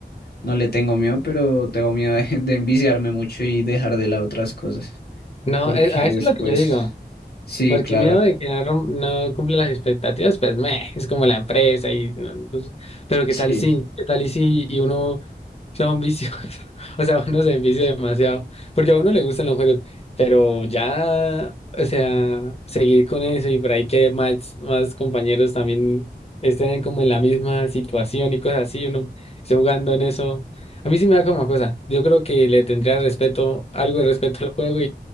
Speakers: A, on the left; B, on the left.
A: no le tengo miedo, pero tengo miedo de, de enviciarme mucho y dejar de lado otras cosas,
B: no,
A: porque
B: eh, a eso
A: después,
B: es lo que yo digo.
A: sí,
B: Porque
A: claro,
B: miedo de que no, rom- no cumpla las expectativas, pues meh, es como la empresa y no- no sé. pero qué
A: sí,
B: tal si, qué tal y si y uno <laughs> sea un vicioso, <laughs> o sea, uno se envicia demasiado, porque a uno le gustan los juegos, pero ya, o sea, seguir con eso y por ahí que más, más compañeros también estén como en la misma situación y cosas así, uno esté jugando en eso. A mí sí me da como cosa. Yo creo que le tendría respeto, algo de respeto al juego